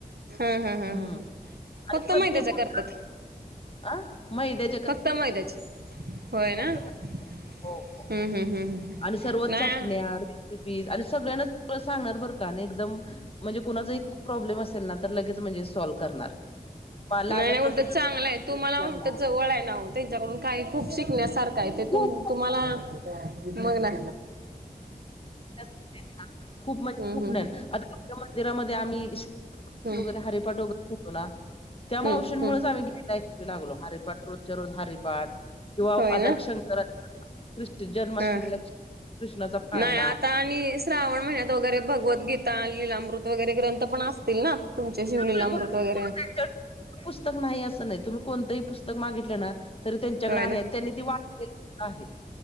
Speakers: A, on the right; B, on the left.
A: हा हा हा
B: हम्म
A: ह ह
B: आणि
A: फक्त
B: प्रत्येक.
A: मैद्याच्या करतात
B: <unintelligible> आ मैद्या
A: फक्त मैद्याच होय ना हम्म
B: मैदा. हो, हो.
A: हम्म हम्म. हम्म
B: आणि सर्व
A: नाही
B: चटण्या
A: हा
B: रेसिपीस आणि सगळ्यांना सांगणार बरं का नाही एकदम म्हणजे कुणाचाही प्रॉब्लेम असेल ना, तर लगेच म्हणजे सॉल्व करणार. पा- लागत
A: नाही नाही उलटं
B: नसेल तर
A: चांगलं आहे तुम्हाला
B: विचारणार.
A: उलटं जवळ आहे ना हो त्यांच्याकडून काय खूप शिकण्यासारखं आहे ते
B: खूप
A: तुम तुम्हाला मग ना
B: <inaudible> खूप
A: हम्म
B: म्हणजे खूपज्ञान
A: हम्म
B: आता <inaudible> तर मंदिरामध्ये आम्ही <inaudible>
A: हम्म
B: वगैरे हरिपाट वगैरे घेतो ना त्या मावशींमुळेच
A: हम्म हम्म
B: आम्ही गेयला एककरी लागलो हरिपाट रोजच्या रोज हरिपाट किंवा
A: होय
B: आदकशंकरा
A: ना
B: <inaudible> कृष्ण जन्माष्टमीला
A: हा
B: कृष्णाचा पाळणा
A: नाही आता आणि श्रावण महिन्यात वगैरे भगवदगीता लीलामृत वगैरे ग्रंथ पण असतील ना. तुमच्या शिवलीलामृत
B: पुस्तकाकडे भरपूर
A: वगैरे
B: त्यांच्याकडे पुस्तक नाही असं नाही तुम्ही कोणतंही पुस्तक मागितलं ना तरी त्यांच्याकडे
A: होय
B: आहे
A: ना
B: आणि त्यांनी ती वाचलेली आहेत